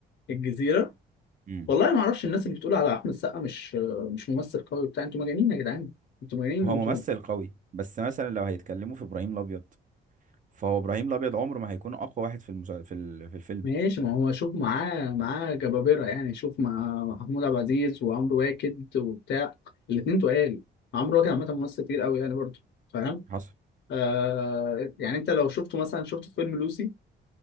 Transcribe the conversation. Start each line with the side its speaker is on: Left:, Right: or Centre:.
Left: فالجزيره
Right: امم
Left: والله ما اعرفش الناس اللي بتقول على احمد السقا مش مش ممثل قوي بتاع انتوا مجانين يا جدعان انتوا مجانين
Right: هو
Left: انتوا
Right: ممثل قوي بس مثلا لو هيتكلموا في ابراهيم الابيض فهو ابراهيم الابيض عمره ما هيكون اقوى واحد في المسا... في ال... في الفيلم
Left: ماشي ما هو شوف معاه معاه جبابره يعني شوف مع محمود عبد العزيز وعمرو واكد وبتاع الاثنين تقال عمرو واكد عامه ممثل كتير قوي يعني برضه فاهم
Right: حصل
Left: آه يعني انت لو شفته مثلا شفت في فيلم لوسي